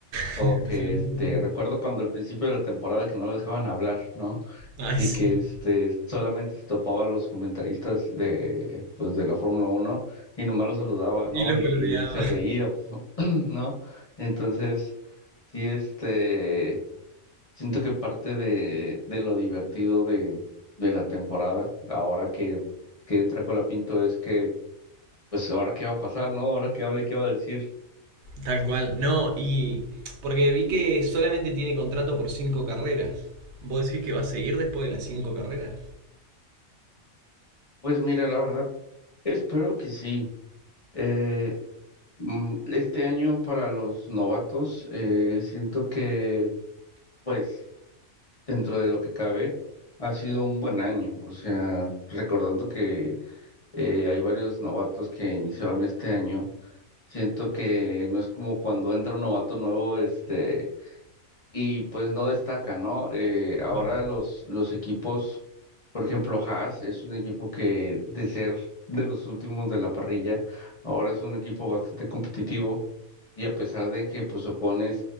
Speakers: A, on the left; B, on the right.
A: o
B: <laughs>
A: que este recuerdo cuando al principio de la temporada que no lo dejaban hablar, ¿no?
B: Ay,
A: y
B: sí.
A: que este solamente se topaba a los comentaristas de pues de la Fórmula Uno y nomás los saludaba, ¿no?
B: Y los
A: Y,
B: boludeaba.
A: y se reía, <clears throat> ¿no? Entonces, sí, este, siento que parte de, de lo divertido de, de la temporada, ahora que, que entra Colapinto, es que, pues, ¿ahora qué va a pasar, no? ¿Ahora qué hable, qué va a decir?
B: Tal cual. No, y. Porque vi que solamente tiene contrato por cinco carreras. ¿Vos decís que va a seguir después de las cinco carreras?
A: Pues mira, la verdad, espero que sí. Eh, mm, Este año para los novatos, eh, siento que Pues dentro de lo que cabe, ha sido un buen año. O sea, recordando que eh, hay varios novatos que iniciaron este año, siento que no es como cuando entra un novato nuevo, este, y pues no destaca, ¿no? Eh, ahora
B: Bueno.
A: los, los equipos, por ejemplo, Haas es un equipo que de ser de los últimos de la parrilla, ahora es un equipo bastante competitivo y a pesar de que pues Ocon es